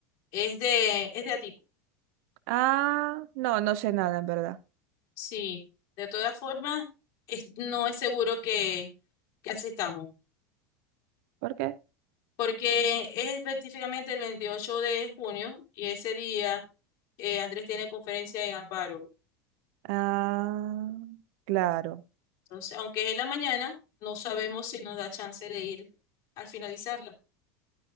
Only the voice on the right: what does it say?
Ah, no, no sé nada, en verdad.
¿Por qué?
Ah, claro.